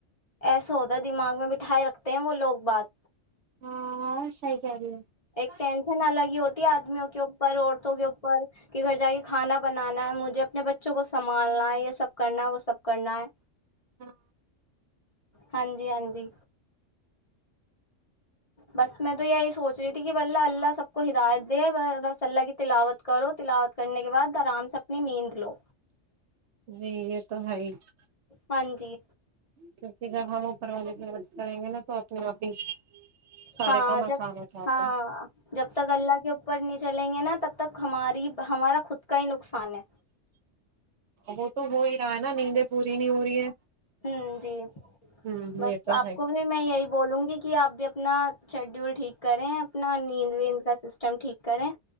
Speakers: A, on the left (about 30°); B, on the right (about 65°).
A: ایسا ہوتا دماغ میں بٹھائے رکھتے ہیں وہ لوگ بات
B: ہاں سی ج رہے
A: ایک ٹینشن الگی ہوتا آدمیوں کےو پرر عورتوں کے اوپر کہ گھر جا کے کھانا بنانا ہے مجھے اپنے بچوں کو سنبھالنا ہے یہ سب کرنا وہ سب کرنا ہے
B: ہاں
A: ہاں جی ہاں جی بس میں تو یہی سوچ رہی تھی کہ بلہ اللہ سب کو ہدایت دے بس اللہ کی تلاوت کرو تلاوت کرنے کے بعد آرام سے اپنی نیند لو
B: جی یہ تو ہے ہی
A: ہاں جی
B: کیکہ جب ہم اوپر والنے کی مرض کریں گے نا تو اپنے آپ ہی سارے
A: ہاں
B: کام آسان
A: جب
B: ہو جاتے
A: ہاں جب تک اللہ کے اپر نہیں چلیں گے نا تب تک ہماری ہمارا خود کا ہی نقصان ہے
B: وہ تو ہو ہی رہا ہے نا نیندیں پوری نہیں ہو رہی ہے
A: ہ جی
B: ہمم
A: بس
B: یہ تو
A: آپ
B: ہے ہی۔
A: کو بھی میں یہی بولوں گی کہ کہ آپ بھی اپنا شیڈیول ٹھیک کریں اپنا نیند ویند کا سسٹم ٹھیک کریں